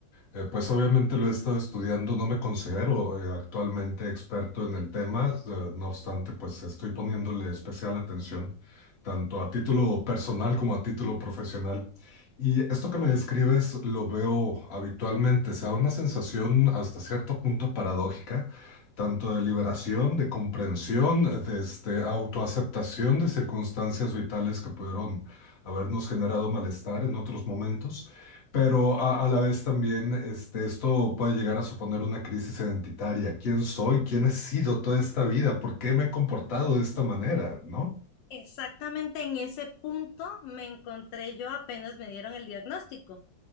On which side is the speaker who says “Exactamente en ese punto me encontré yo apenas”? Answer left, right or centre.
Left